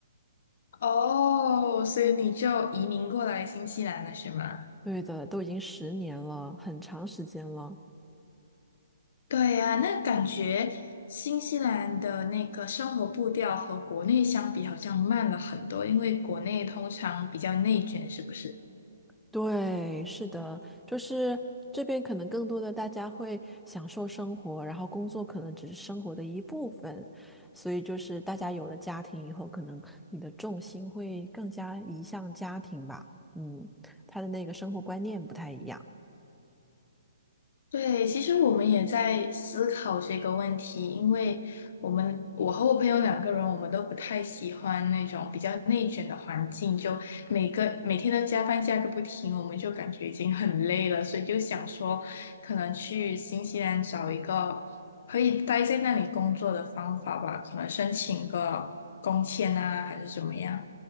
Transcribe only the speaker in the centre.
对的，都已经十年了，很长时间了。
对，是的，就是这边可能更多的大家会享受生活，然后工作可能只是生活的一部分，所以就是大家有了家庭以后，可能你的重心会更加移向家庭吧。嗯，他的那个生活观念不太一样。